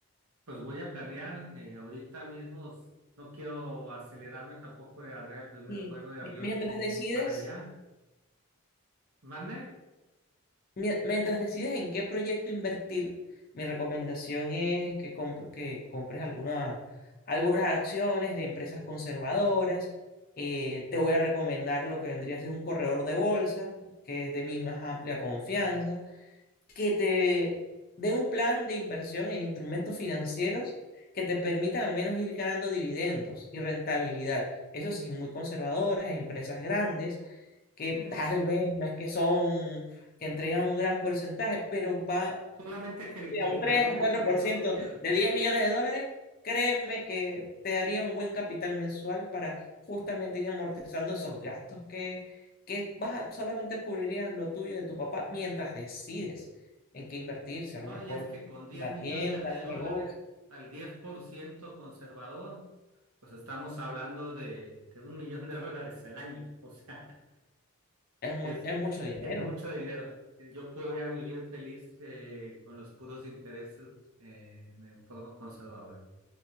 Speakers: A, on the right; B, on the left.
A: pues voy a planear eh, ahorita mismo. No quiero acelerarme tampoco de agarrar el primer
B: Y
A: vuelo de avión
B: mi- mientras
A: y ir
B: decides,
A: para allá. ¿Mande?
B: mie- mientras decides en qué proyecto invertir, mi recomendación es que, compr- que compres alguna- algunas acciones de empresas conservadoras. Eh, te voy a recomendar lo que vendría a ser un corredor de bolsa, que es de mi más amplia confianza. que te den un plan de inversión en instrumentos financieros que te permitan al menos ir ganando dividendos y rentabilidad. Eso sí, muy conservadoras, empresas grandes, que
A: Sí,
B: tal
A: sí, sí.
B: vez no es que son, que entregan un gran porcentaje, pero va,
A: Solamente que el,
B: mira,
A: que el
B: un 3,
A: valor
B: un
A: del
B: cuatro
A: dinero
B: por ciento
A: no pierda.
B: de 10 millones de dólares, créeme que te daría un buen capital mensual para justamente ir amortizando esos gastos que, que vas a- solamente cubrirían lo tuyo y de tu papá mientras decides en qué invertir, si
A: No,
B: a lo mejor
A: y es que con 10
B: una
A: millones
B: tienda,
A: de
B: un
A: dólares
B: negocio,
A: al 10% conservador, pues estamos hablando de, de un millón de dólares al año. O sea,
B: es
A: es,
B: muy, es mucho dinero.
A: es mucho dinero. Yo podría vivir feliz eh, con los puros intereses eh, en forma conservadora.